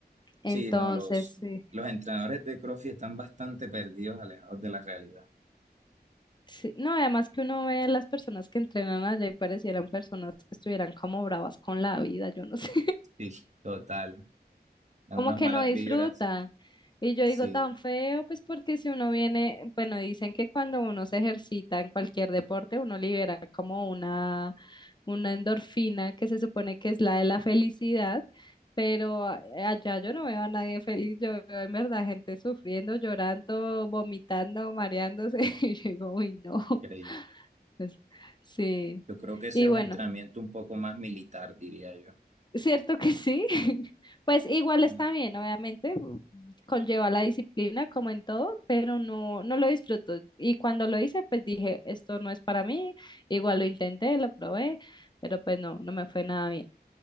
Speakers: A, on the left; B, on the right.
A: Entonces,
B: Sí, no, los,
A: sí,
B: los entrenadores de CrossFit están bastante perdidos, alejados de la realidad.
A: sí. No, además que uno ve las personas que entrenan allá y parecieran personas que estuvieran como bravas con la vida, yo no sé.
B: Sí, total. Dan
A: como
B: unas
A: que
B: malas
A: no disfrutan.
B: vibras.
A: Y yo
B: Sí,
A: digo tan feo, pues porque si uno viene, bueno, dicen que cuando uno se ejercita en cualquier deporte, uno libera como una, una endorfina que se supone que es la de la felicidad, pero a- allá yo no veo a nadie feliz, yo veo en verdad gente sufriendo, llorando, vomitando, mareándose, <laughs> y yo digo, uy, no, <laughs>
B: increíble.
A: pues, sí.
B: Yo creo que ese
A: Y
B: es
A: bueno.
B: un entrenamiento un poco más militar, diría yo.
A: Cierto que sí. <laughs> Pues igual
B: Mm.
A: está bien, obviamente, conlleva la disciplina como en todo, pero no, no lo disfruto. Y cuando lo hice, pues dije, esto no es para mí. Igual lo intenté, lo probé, pero pues no, no me fue nada bien.